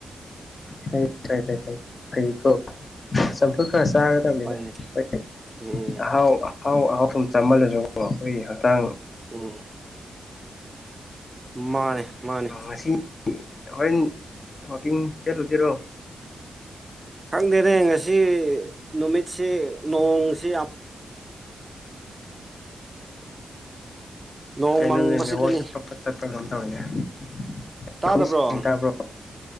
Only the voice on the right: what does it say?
ꯍꯣꯏꯅꯦ
ꯎꯝ
ꯎꯝ ꯃꯥꯅꯦ ꯃꯥꯅꯦ
ꯈꯪꯗꯦꯅꯦ ꯉꯁꯤ ꯅꯨꯃꯤꯠꯁꯤ ꯅꯣꯡꯁꯤ ꯌꯥꯝ ꯅꯣꯡ
ꯃꯪꯕꯁꯤꯗꯅꯤ
ꯇꯥꯗꯕ꯭ꯔꯣ